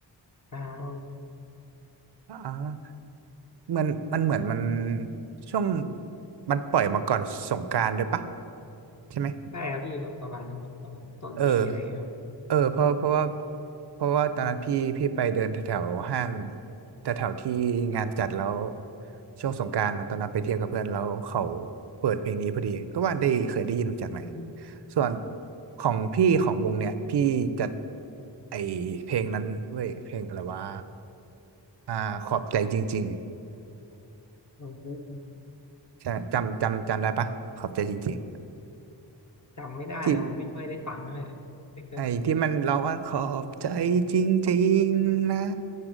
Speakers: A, on the left (about 40°); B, on the right (about 65°).
A: อ่า
B: อ๋อมันมันเหมือนมันช่วงมันปล่อยมาก่อนสงกรานต์ด้วยปะใช่ไหม
A: ใช่ครับพี่แบบประมาณนั้นครับประมาณต้นปีอะไรเงี้ยครับ
B: เออเออเพราะเพราะว่าเพราะว่าตอนนั้นพี่พี่ไปเดินแถวๆห้างแถวๆที่งานจัดแล้วช่วงสงกรานต์อะตอนนั้นไปเที่ยวกับเพื่อนแล้วเขาเปิดเพลงนี้พอดีก็ว่าได้เคยได้ยินมาจากไหน
A: อืม
B: ส่วนของพี่ของวงเนี่ยพี่จะไอเพลงนั้นเว้ยเพลงอะไรวะอ่าขอบใจจริง
A: ผม
B: ๆใช่จำจำจำได้ปะขอบใจจริง
A: จำไม่ได้นะผมไม่ค่อยได้ฟังเท่าไหร่แต่ก็
B: ๆที่ ไอ้ที่มันร้องว่าขอบใจจริงๆนะ